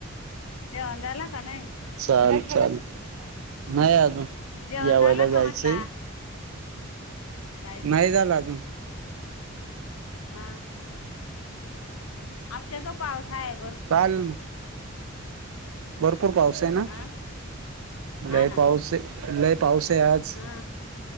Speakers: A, on the left; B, on the right.
A: जेवण झाला का नाही?
B: चाल, चाल, नाही अजून
A: जेवण
B: जेवायला
A: झालं
B: जायचंय.
A: का म्हटला जायचंय
B: नाही झालं अजून.
A: हा आमच्याक पाऊस हाय भरपूर.
B: चालेल मग. भरपूर पाऊस आहे ना,
A: हा हा
B: लय
A: ना
B: पाऊस आहे लय- पाऊस आहे आज
A: हा